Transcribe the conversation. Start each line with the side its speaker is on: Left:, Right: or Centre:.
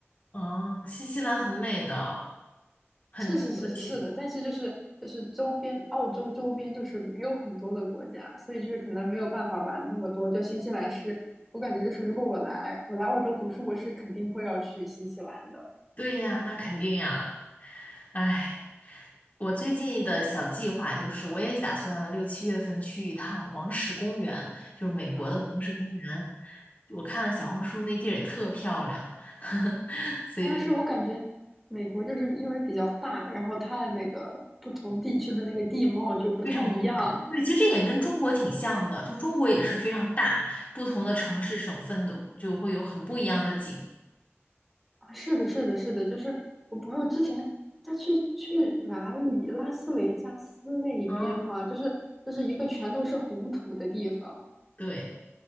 Left: 哦，新西兰很美的，很值得去。
Centre: 是是是是是的，但是就是就是周边澳洲周边就是没有很多的国家，所以就是可能没有办法玩那么多。就新西兰是，我感觉就是如果我来我来澳洲读书，我是肯定会要去新西兰的。
Left: 对呀，那肯定呀。哎。我最近的小计划就是，我也打算六七月份去一趟黄石公园，就是美国的黄石公园。
Centre: 啊
Left: 我看小红书那地儿也特漂亮，<laughs> 所以就
Centre: 啊，是我感觉美国就是因为比较大，然后它那个不同地区的那个地貌就不太一样。
Left: 非常不一样。对，其实这点跟中国挺像的，就中国也是非常大，不同的城市、
Centre: 啊。
Left: 省份都就会有很不一样的景。
Centre: 啊是的，是的，是的，就是我朋友之前他去去哪里，拉斯维加斯那一边嘛，
Left: 嗯，
Centre: 就是就是一个全都是红土的地方
Left: 对。